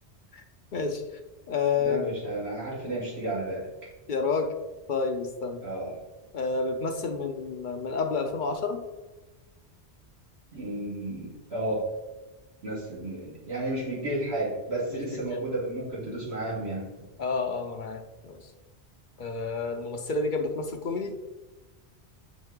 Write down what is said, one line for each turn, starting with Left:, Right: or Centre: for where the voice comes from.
Left: <laughs> ماشي آه
Right: لا مش ه... أنا عارف إن هي مش تيجي على بالك
Left: يا راجل طيب استنى
Right: آه
Left: آه بتمثل من من قبل 2010
Right: مم. آه ناس يعني مش من الجيل الحالي بس
Left: مش
Right: لسه
Left: من
Right: موجودة
Left: جيلك
Right: ممكن تدوس معاهم يعني
Left: اه اه ما انا عارف ماشي آه الممثلة دي كانت بتمثل كوميدي